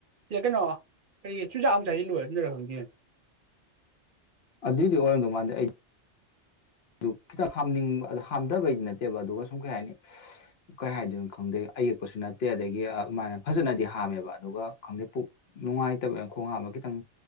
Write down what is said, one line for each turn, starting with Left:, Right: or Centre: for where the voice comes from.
Right: ꯁꯤꯗ ꯀꯩꯅꯣ ꯀꯔꯤꯒꯤ ꯆꯨꯖꯥꯛ ꯑꯃ ꯆꯥꯁꯤꯜꯂꯨ ꯑꯗꯨꯔ ꯈꯪꯗꯦꯅ
Left: ꯑꯗꯨꯏꯗꯤ ꯑꯣꯏꯔꯝꯗꯧ ꯃꯥꯟꯗꯦ ꯑꯩ ꯑꯗꯨ ꯈꯤꯇꯪ ꯍꯥꯝꯅꯤꯡꯕ ꯑꯗꯨ ꯍꯥꯝꯊꯕꯩꯗꯤ ꯅꯠꯇꯦꯕ ꯑꯗꯨꯒ ꯁꯨꯝ ꯀꯩ ꯍꯥꯏꯅꯤ ꯀꯩ ꯍꯥꯏꯗꯣꯏꯅꯣ ꯈꯪꯗꯦ ꯑꯌꯦꯛꯄꯁꯨ ꯅꯠꯇꯦ ꯑꯗꯒꯤ ꯑꯗꯨꯃꯥꯏꯅ ꯐꯖꯅꯗꯤ ꯍꯥꯝꯃꯦꯕ ꯑꯗꯨꯒ ꯈꯪꯗꯦ ꯄꯨꯛ ꯅꯨꯡꯉꯥꯏꯇꯕꯅ ꯈꯣꯡ ꯍꯥꯝꯕ ꯈꯤꯇꯪ